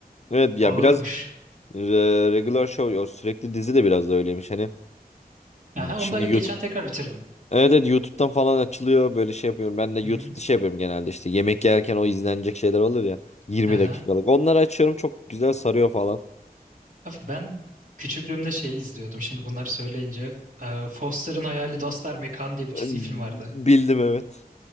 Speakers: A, on the left; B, on the right.
A: Evet ya
B: Ağırmış.
A: biraz e, regular show o sürekli dizi de biraz da öyleymiş. Hani
B: Aha,
A: şimdi
B: onu da geçen
A: YouTube
B: tekrar bitirdim.
A: Evet evet YouTube'dan falan açılıyor böyle şey yapıyorum. Ben de YouTube'da
B: Hı hı.
A: şey yapıyorum genelde işte yemek yerken o izlenecek şeyler olur ya 20
B: Aha.
A: dakikalık. Onları açıyorum çok güzel sarıyor falan.
B: Abi ben küçüklüğümde şeyi izliyordum. Şimdi bunları söyleyince. e, Foster'ın Hayali Dostlar Mekan diye bir
A: E,
B: çizgi film vardı.
A: Bildim evet.